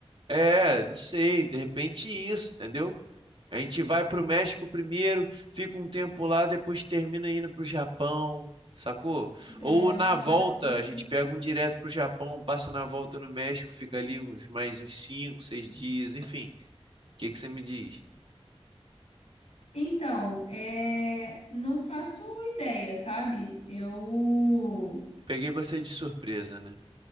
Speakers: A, on the right; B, on the left.
A: É, não sei, de repente isso, entendeu? A gente vai para o México primeiro, fica um tempo lá, depois termina indo para o Japão, sacou?
B: É,
A: Ou na volta,
B: pode ser.
A: a gente pega um direto para o Japão, passa na volta no México, fica ali uns mais uns 5 6 dias, enfim. O que que você me diz?
B: Então, é, não faço ideia, sabe? Eu.
A: Peguei você de surpresa, né?